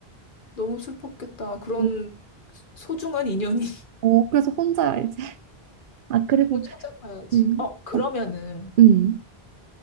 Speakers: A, on the left (about 55°); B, on the right (about 60°).
A: 너무 슬펐겠다. 그런
B: 어 어,
A: 소중한 인연이.
B: 어, 그래서 혼자야 이제. <laughs> 아 그리고
A: 또 찾아봐야지.
B: 음,
A: 어, 그러면은
B: 어, 음,